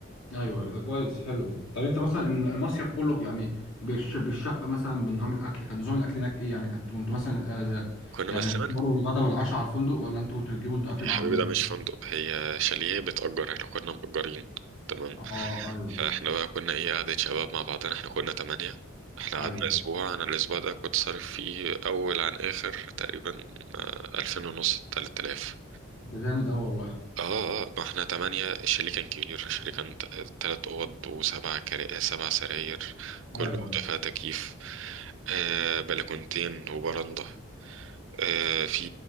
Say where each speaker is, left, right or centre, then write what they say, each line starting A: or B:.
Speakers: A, on the left (about 65°); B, on the right (about 65°).
A: ايوه ايوه ده كويس حلو ده طب انت مثلا المصيف كله يعني بالش... بالشقه مثلا بنظام الاكل كان نظام الاكل هناك ايه يعني كنت كنتوا مثلا آه، ده
B: كنا
A: يعني
B: بس
A: الفطار
B: منها
A: والغدا والعشاء على الفندق ولا انتوا كنتوا بتجيبوا انتوا اكل
B: يا
A: مع
B: حبيبي
A: منكم
B: ده مش فندق هي شاليه بتأجر احنا كنا مأجرين تمام
A: اه ايوه
B: فاحنا بقى كنا ايه قعدة شباب مع بعضنا احنا كنا تمانية احنا
A: ايوه
B: قعدنا اسبوع انا الاسبوع ده كنت صارف فيه اول عن اخر تقريبا آه، الفين ونص تلات الاف
A: ده جامد قوي والله
B: اه اه ما احنا تمانية الشاليه كان كبير الشاليه كان ت- تلات اوض وسبع كرا... سبع سراير كل
A: ايوه
B: اوضة فيها تكييف آه بلكونتين وبرندة آه في